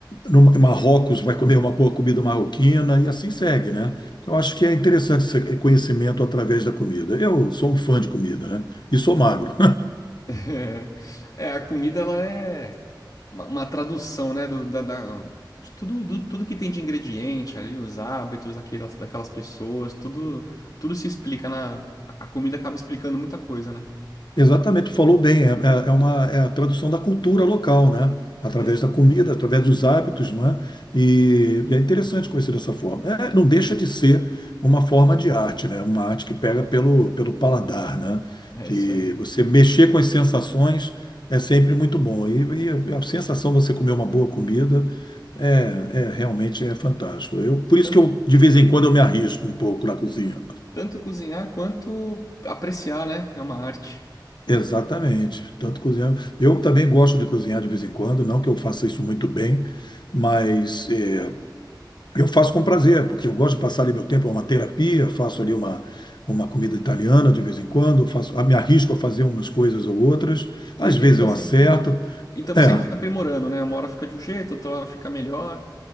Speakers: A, on the left; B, on the left.
A: no Marrocos, vai comer uma boa comida marroquina e assim segue, né? Eu acho que é interessante esse conhecimento através da comida. Eu sou um fã de comida, né? E sou magro.
B: <laughs> É, a comida, ela é... uma, uma tradução, né, do, da, da- de tudo, do- tudo que tem de ingrediente ali, os hábitos daquelas, daquelas pessoas, tudo, tudo se explica na, a comida acaba explicando muita coisa, né?
A: Exatamente, tu falou bem, é, é- é uma é a tradução da cultura local, né? Através
B: Exato.
A: da comida, através dos hábitos, não é? E, e é interessante conhecer dessa forma. É, não deixa de ser uma forma de arte, né? Uma arte que pega pelo, pelo paladar, né?
B: É
A: Que
B: isso aí.
A: você mexer com as sensações é sempre muito bom. E, e a sensação de você comer uma boa comida é, é realmente é fantástico. Eu, por isso
B: Tanto,
A: que eu, de vez em quando eu me arrisco um pouco na cozinha.
B: tanto cozinhar quanto apreciar, né? É uma arte.
A: Exatamente. Tanto cozinhar. Eu também gosto de cozinhar de vez em quando, não que eu faça isso muito bem, mas eh, eu faço com prazer, porque eu gosto de passar ali meu tempo, é uma terapia, faço ali uma, uma comida italiana de vez em quando, faço, ah, me arrisco a fazer umas coisas ou outras,
B: E
A: às
B: a gente
A: vezes
B: tá
A: eu
B: sempre,
A: acerto.
B: e estamos
A: É,
B: sempre se aprimorando, né? Uma hora fica de um jeito, outra hora fica melhor.